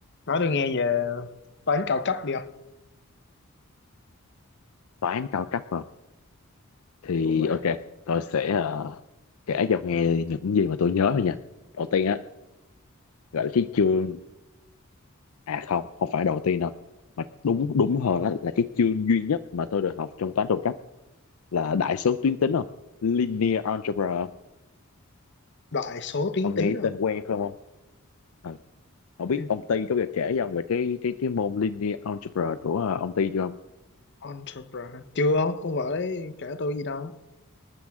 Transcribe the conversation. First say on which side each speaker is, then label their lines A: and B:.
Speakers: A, on the left (about 55°); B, on the left (about 75°).
A: nói tôi nghe về toán cao cấp đi không
B: toán cao cấp vào thì
A: đúng vậy
B: ok
A: không
B: tôi sẽ ờ, kể cho ông nghe những gì mà tôi nhớ thôi nha đầu tiên á gọi là cái chương à không không phải đầu tiên đâu mà đúng đúng hơn là, là cái chương duy nhất mà tôi được học trong toán cao cấp là đại số tuyến tính không linear algebra
A: đại số tuyến
B: ông
A: tính
B: nghe cái
A: không
B: tên quen không ông Ờ, ông biết
A: Ừ.
B: ông Ty có bao giờ kể cho ông về cái cái cái môn linear algebra của ờ, ông Ty chưa không
A: entrepreneur chưa không con vợ đấy kể tôi gì đâu